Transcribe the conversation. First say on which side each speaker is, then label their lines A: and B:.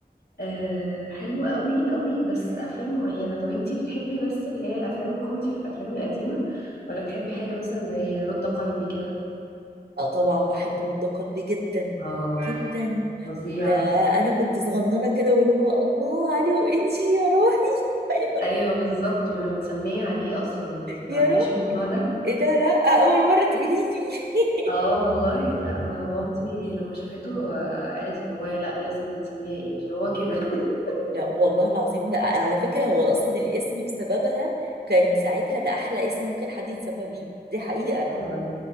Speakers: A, on the left; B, on the right.
A: آه حلوة قوي قوي بس أفلام معينة طب انتي بتحبي بس اللي هي الأفلام الكوميدي في الأفلام القديمة ولا تحبي حاجة مثلا زي رد قلبي كده
B: اه طبعا بحب رد قلبي جدا
A: اه
B: جدا
A: فظيع
B: ده انا كنت صغننه كده واللي هو الله علي وانجي يا روحي <laughs> ايوه
A: ايوه بالظبط ما انا متسميه عليه اصلا انت ما تعرفيش
B: يا روحي
A: الموضوع ده
B: ايه ده لا آه، اول مره تقولي لي
A: اه والله لا ما مامتي لما شافته آه، قالت لبابايا لا لازم هنسميها انجي هو كده <laughs>
B: <laughs> لا والله العظيم ده على فكره هو اصلا الاسم بسببها كان ساعتها ده احلى اسم ممكن حد يتسمى بيه دي حقيقه
A: طبعا